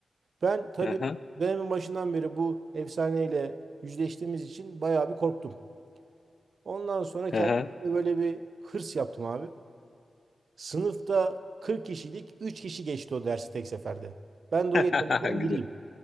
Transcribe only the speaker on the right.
Ben tabii
dönemin başından beri bu efsaneyle yüzleştiğimiz için bayağı bir korktum. Ondan sonra kendime
böyle bir hırs yaptım abi. Sınıfta 40 kişiydik. üç kişi geçti o dersi tek seferde. Ben de
o geçenlerden
biriyim.